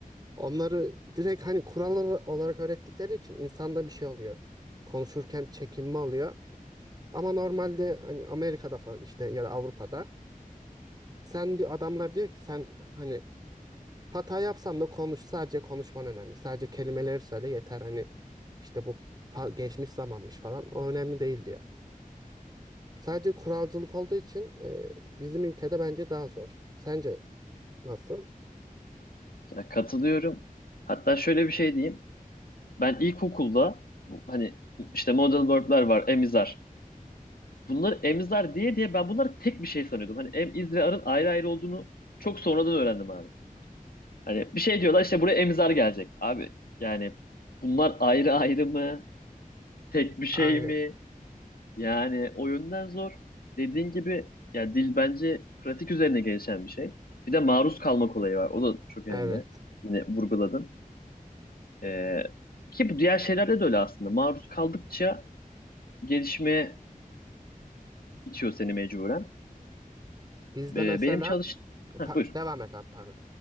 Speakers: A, on the right (about 25°); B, on the left (about 80°).
A: Onları direkt hani kurallar olarak öğrettikleri için insanda bir şey oluyor. Konuşurken çekinme oluyor. Ama normalde hani Amerika'da falan işte ya da Avrupa'da sen di- adamlar diyor ki sen hani hata yapsan da konuş sadece konuşman önemli. Sadece kelimeleri söyle yeter hani işte bu pa- geçmiş zamanmış falan o önemli değil diyor. Sadece kuralcılık olduğu için e, bizim ülkede bence daha zor. Sence nasıl?
B: Ya katılıyorum. Hatta şöyle bir şey diyeyim. Ben ilkokulda bu, hani işte model verb'ler var, emizar. Bunları emizar diye diye ben bunları tek bir şey sanıyordum. Hani em, iz ve arın ayrı ayrı olduğunu çok sonradan öğrendim abi. Hani bir şey diyorlar işte buraya emizar gelecek. Abi yani bunlar ayrı ayrı mı? Tek bir şey
A: Aynen.
B: mi? Yani o yönden zor. Dediğin gibi ya dil bence pratik üzerine gelişen bir şey. Bir de maruz kalmak olayı var. O da çok önemli.
A: Evet.
B: Yine vurguladın. Ee, ki bu diğer şeylerde de öyle aslında. Maruz kaldıkça gelişmeye itiyor seni mecburen.
A: Bizde
B: Ee,
A: mesela
B: benim çalış... Heh,
A: Pa-
B: buyur.
A: devam et abi pardon.